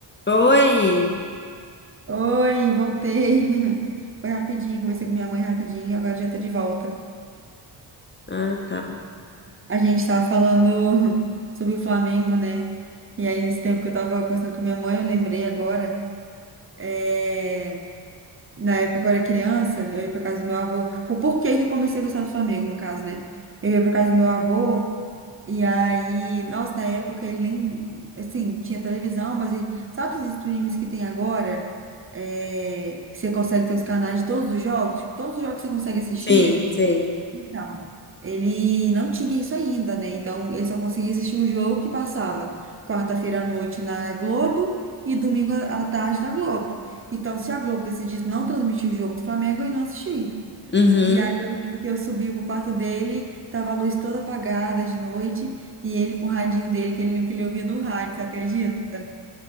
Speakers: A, on the left (about 25°); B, on the right (about 30°).
A: Oi!
B: Oi, voltei. <laughs> Foi rapidinho, conversei com minha mãe rapidinho, agora já tô de volta.
A: Ah, tá.
B: A gente tava falando <laughs> sobre o Flamengo, né? E aí, nesse tempo que eu tava conversando com minha mãe, eu lembrei agora, é, na época que eu era criança, eu ia pra casa do meu avô. O porquê que eu comecei a gostar do Flamengo, no caso, né? Eu ia pra casa do meu avô, E aí, nossa, na época ele nem, assim, tinha televisão, mas ele- sabe esses streams que tem agora? É, que você consegue ter os canais de todos os jogos, tipo, todos os jogos que você consegue assistir?
A: Sim, sei.
B: Então, ele não tinha isso ainda, né? Então, ele só conseguia assistir o jogo que passava quarta-feira à noite na Globo e domingo à à tarde na Globo. Então, se a Globo decidisse não transmitir o jogo do Flamengo, ele não assistia.
A: Uhum.
B: E aí eu lembro que eu subi pro quarto dele, tava a luz toda apagada de noite, e ele com o radinho dele, que ele, que ele ouvia no rádio, você acredita?